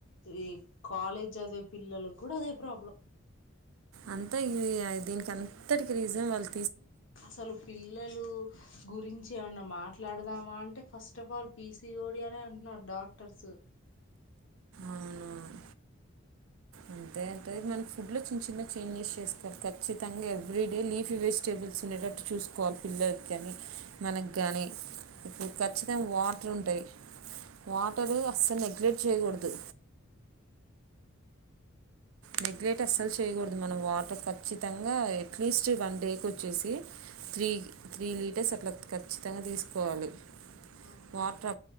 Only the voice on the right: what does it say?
అంతా ఇది ఆ దీనికి అంతటికి రీజన్ వాళ్
అవును అంతే అంటే మనం ఫుడ్లో చిన్న చిన్న చేంజెస్ చేసుకోవాలి ఖచ్చితంగా ఎవ్రీడే లీఫీ వెజిటేబుల్స్ ఉండేటట్టు చూసుకోవాలి పిల్లలకు కానీ మనకు కానీ ఇప్పుడు ఖచ్చితంగా వాటర్ ఉంటాయి వాటర్ అస్సలు నెగ్లెట్ చేయకూడదు నెగ్లెక్ట్ అస్సలు చేయకూడదు మనం వాటర్ ఖచ్చితంగా అట్లీస్ట్ వన్ డేకి వచ్చేసి త్రీ త్రీ లీటర్స్ అట్లా ఖచ్చితంగా తీసుకోవాలి
వాటర్